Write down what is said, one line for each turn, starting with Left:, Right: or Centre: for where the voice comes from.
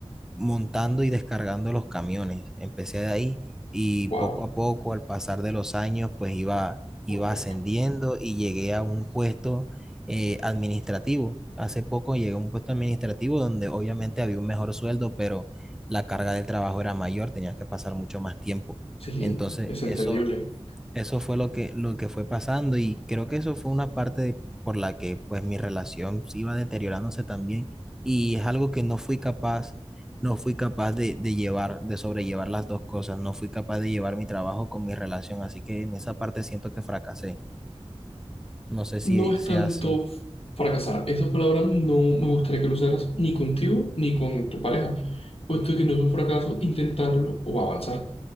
Centre: montando y descargando los camiones. Empecé de ahí y
Left: Wow.
Centre: poco a poco, al pasar de los años, pues iba, iba
Left: Wow.
Centre: ascendiendo y llegué a un puesto eh, administrativo. Hace poco llegué a un puesto administrativo donde obviamente había un mejor sueldo, pero la carga del trabajo era mayor, tenías que pasar mucho más tiempo.
Left: Sí,
Centre: Entonces,
Left: es entendible.
Centre: eso eso fue lo que, lo que fue pasando y creo que eso fue una parte de- por la que pues mi relación se iba deteriorándose también y es algo que no fui capaz, no fui capaz de, de llevar, de sobrellevar las dos cosas, no fui capaz de llevar mi trabajo con mi relación, así que en esa parte siento que fracasé. No sé
Left: No
Centre: si
Left: es tanto
Centre: sea así.
Left: f- fracasar. Esa palabra no me gustaría que lo usaras ni contigo ni con tu pareja, puesto que no es un fracaso intentarlo o avanzar.